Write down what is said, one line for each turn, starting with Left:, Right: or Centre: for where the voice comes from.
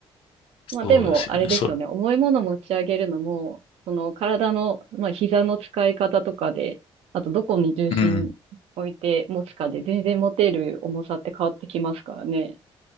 Right: まあでも、
Left: そうですよね。
Right: あれですよね。
Left: それ、
Right: 重いもの持ち上げるのも、その体の、まあ膝の使い方とかで、あとどこに重心置いて持つかで全然持てる重さって変わってきますからね。
Left: うん。